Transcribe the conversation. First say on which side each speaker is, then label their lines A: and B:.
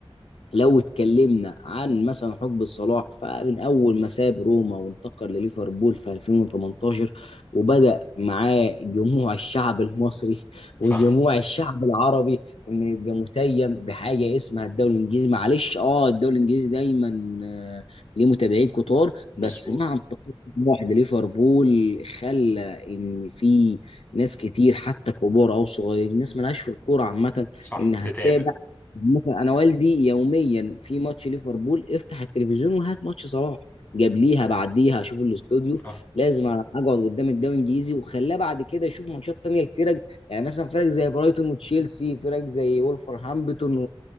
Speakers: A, on the left; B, on the left.
A: لو اتكلمنا عن مثلا حقبة صلاح فمن أول ما ساب روما وانتقل لليفربول في 2018 وبدأ معاه جموع الشعب المصري <laughs> وجموع
B: صح
A: الشعب العربي إنه يبقى متيم بحاجة اسمها الدوري الإنجليزي معلش أه الدوري الإنجليزي دايما آه، ليه متابعين كتار
B: مظبوط
A: بس مع انتقال جموع لليفربول خلى إن في ناس كتير حتى كبار أو صغيرين ناس ملهاش في الكورة عامة
B: صح
A: إنها
B: تتابع
A: تتابع مثلا انا والدي يوميا في ماتش ليفربول افتح التلفزيون وهات ماتش صلاح جابليها بعديها اشوف الاستوديو
B: صح
A: لازم اقعد قدام الدوري الانجليزي وخلاه بعد كده يشوف ماتشات تانية الفرق يعني مثلا فرق زي برايتون وتشيلسي فرق زي وولفرهامبتون